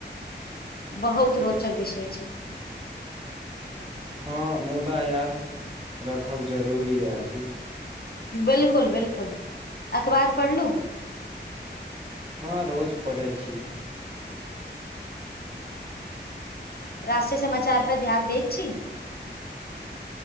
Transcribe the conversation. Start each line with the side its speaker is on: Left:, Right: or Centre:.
Left: बहुत रोचक विषय छैय।
Right: हँ मुदा याद रखब जरूरी अछि।
Left: बिलकुल बिलकुल अखबार पढ़लू?
Right: हँ रोज पढ़ै छी।
Left: राष्ट्रीय समाचार पर ध्यान दै छी।